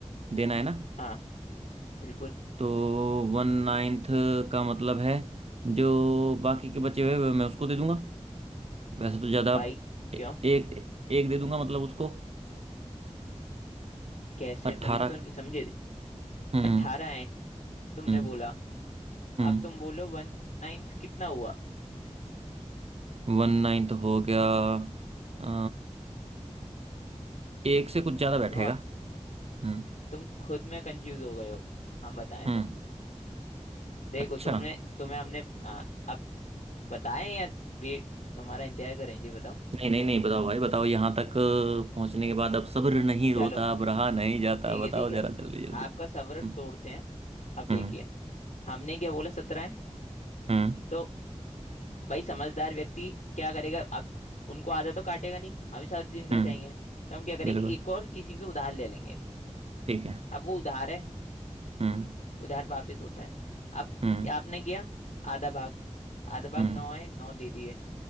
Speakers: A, on the right; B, on the left.
A: देना है ना
B: हाँ बिल्कुल
A: तो वन नाइन्थ का मतलब है जो बाकी के बचे हुए वे मैं उसको दे दूंगा वैसे तो ज़्यादा
B: भाई
A: ए-
B: क्यों
A: एक एक दे दूंगा मतलब उसको
B: कैसे
A: अट्ठारह
B: वही तो नहीं समझे
A: हम्म
B: अट्ठारह है तुमने
A: हम्म
B: बोला
A: हम्म
B: अब तुम बोलो वन नाइन्थ कितना हुआ
A: वन नाइन्थ हो गया अ, एक से कुछ ज़्यादा बैठेगा
B: तुम अब
A: हम्म
B: तुम खुद में कंफ्यूज हो गए हो हम बताएं
A: हम्म
B: तो देखो
A: अच्छा
B: तुमने तुम्हें हमने हाँ, अब बताएं या वे तुम्हारा इंतजार करें जी बताओ
A: नहीं नहीं नहीं बताओ भाई बताओ यहाँ तक अ, पहुँचने के बाद अब सब्र नहीं रोता
B: चलो
A: अब रहा नहीं जाता
B: ठीक
A: बताओ
B: है ठीक
A: जरा
B: है
A: जल्दी जल्दी
B: आपका सब्र
A: हम्म
B: तोड़ते हैं अब देखिए
A: हम्म
B: हमने क्या बोला सत्रह है
A: हम्म
B: तो भाई समझदार व्यक्ति क्या करेगा अब उनको आधा तो काटेगा नहीं हम ही साथ जिंदा
A: हम्म,
B: चाहिए तो हम क्या करेंगे
A: बिल्कुल
B: एक और किसी से उधार ले लेंगे
A: ठीक है
B: अब वो उधार है
A: हम्म
B: उधार वापस होता है अब
A: हम्म
B: आपने किया आधा भाग आधा भाग
A: हम्म
B: नौ है नौ दे दिए